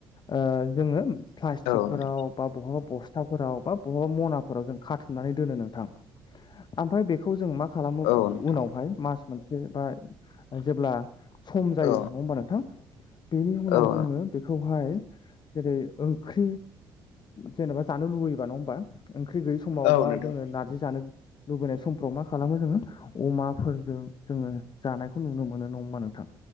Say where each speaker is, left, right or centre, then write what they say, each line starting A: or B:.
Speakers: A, on the left (about 40°); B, on the left (about 65°).
A: ओ जोंङो प्लास्टिकफोराव
B: औ नोंथां
A: बा बहाबा बस्थाफोराव बा बहाबा मनाफोराव जों खाथुमनानै दोनो नोंथां आमफ्राय बेखौ जों मा खालामो
B: औ नोंथां
A: उनावहाय मास मोनसे बा जेब्ला सम जायो
B: औ
A: नंङा होमबा नोंथां बेनि उनाव
B: औ
A: जोंङो बेखौहाय जेरै ओंख्रि जेनेबा जानो लुबैयोबा नंङा होमबा ओंख्रि गैयि समाव
B: औ
A: बा
B: नोंथां
A: जोङो नारजि जानो लुबैनाय समफ्राव मा खालामो जोङो अमाफोरजों जोङो जानायखौ नुनो मोनो नङा होमबा नों थां।